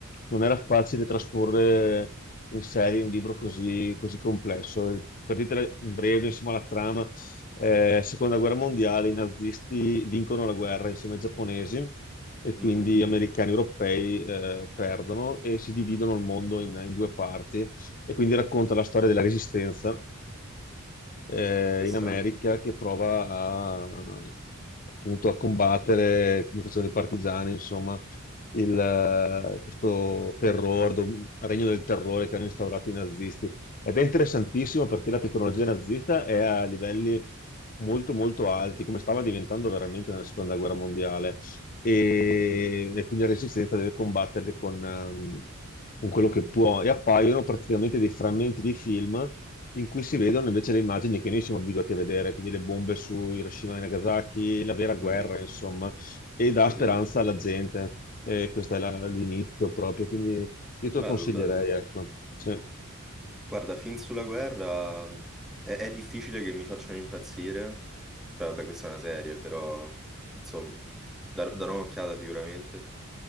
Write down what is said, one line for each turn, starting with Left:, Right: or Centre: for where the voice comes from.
Left: non era facile trasporre in serie un libro così, così complesso. Per dirtela in breve, insomma, la trama eh, seconda guerra mondiale, i nazisti vincono la guerra insieme ai giapponesi e quindi
Centre: Mhm,
Left: americani e europei eh, perdono e si dividono il mondo in, in due parti e quindi racconta la storia della resistenza eh,
Centre: Interessante.
Left: in America che prova a, appunto a combattere, come facevano i partigiani, insomma, il, eh, questo terrore, dom- regno del terrore che hanno instaurato i nazisti. Ed è interessantissimo perché la tecnologia nazista è a livelli molto molto alti, come stava diventando veramente nella seconda guerra mondiale e,
Centre: Mm,
Left: e quindi la resistenza deve combatterle con, ehm, con quello che può e appaiono praticamente dei frammenti di film in cui si vedono invece le immagini che noi siamo abituati a vedere, quindi le bombe su Hiroshima e Nagasaki, la vera guerra,
Centre: mm,
Left: insomma, e dà
Centre: Capito.
Left: speranza alla gente. E questo è la- l'inizio proprio, quindi io te
Centre: Bello,
Left: lo consiglierei,
Centre: bello.
Left: ecco. Sì.
Centre: Guarda, film sulla guerra mh, è, è difficile che mi facciano impazzire. Beh, vabbè, questa è una serie, però insomma, dar- darò un'occhiata sicuramente.